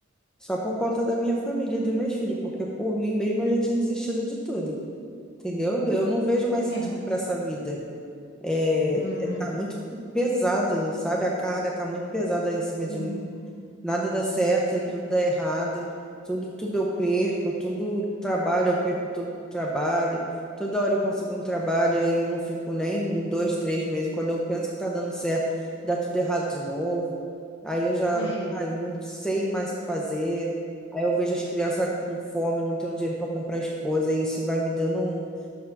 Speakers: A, in the centre; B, on the left.
A: Só por conta da minha família e dos meus filhos, porque por mim mesma eu já tinha desistido de tudo, entendeu? Eu não vejo mais sentido
B: É, mas.
A: para essa vida. É,
B: Uhum,
A: é- tá muito pesado, sabe? A carga tá muito pesada em cima de
B: uhum,
A: mim nada dá certo,
B: é,
A: tudo dá errado, tudo, tudo eu perco, tudo trabalho, eu perco todo trabalho, toda hora eu consigo um trabalho, aí eu não fico nem um, dois, três meses. Quando eu penso que tá dando certo, dá tudo errado de novo. Aí eu já,
B: é,
A: ah, não sei mais o que fazer. Aí eu vejo as crianças com fome, não tenho dinheiro para comprar as coisas, e isso vai me dando um,